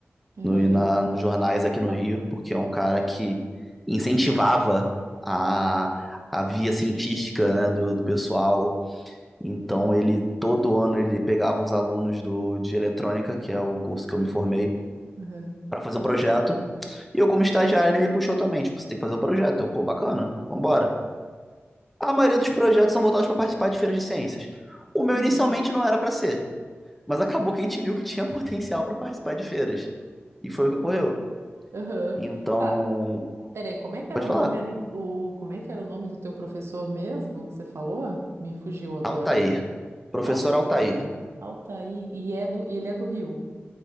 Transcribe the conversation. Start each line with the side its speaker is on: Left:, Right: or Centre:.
Right: Aham.
Centre: no, e na, nos jornais aqui no
Right: Pô,
Centre: Rio, porque é um cara que incentivava a, a via científica, né, do, do pessoal. Então ele todo ano ele pegava os alunos do, de eletrônica, que é o curso que eu me formei,
Right: Aham.
Centre: para fazer um projeto. E eu como estagiário ele me puxou também, tipo, você tem que fazer um projeto. Eu, pô, bacana, vambora. A maioria dos projetos são voltados para participar de feiras de ciências. O meu
Right: Uhum.
Centre: inicialmente não era para ser, mas acabou que a gente viu que tinha <laughs> potencial para participar de feiras. E foi o que ocorreu.
Right: Aham.
Centre: Então,
Right: Tá, peraí, como é que era
Centre: pode
Right: o
Centre: falar.
Right: nome ali, o, como é que era o nome do teu professor mesmo que você falou? Me fugiu agora.
Centre: Altair. Professor
Right: Al-
Centre: Altair.
Right: Altair, e é do, e ele é do Rio.